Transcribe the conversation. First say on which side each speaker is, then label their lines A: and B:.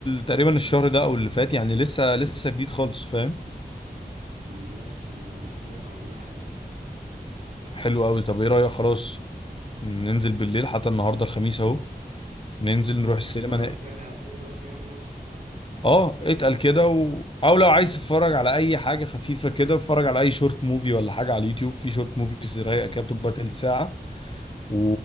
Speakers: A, on the left; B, on the right.
A: تقريبا الشهر ده او اللي فات يعني لسه لسه جديد خالص فاهم
B: ماشي انا ما عنديش مانع والله عادي
A: حلو قوي طب ايه رأيك خلاص ننزل بالليل حتى النهارده الخميس اهو ننزل
B: ماشي
A: نروح السينما
B: ما اتفرجش يعني على حاجة دلوقتي يعني قصدك
A: اه اتقل كده و... او لو عايز تتفرج على اي حاجه خفيفه كده اتفرج على اي شورت موفي ولا حاجه على اليوتيوب في شورت موفيز رايقه كده بتبقى تلت ساعه و...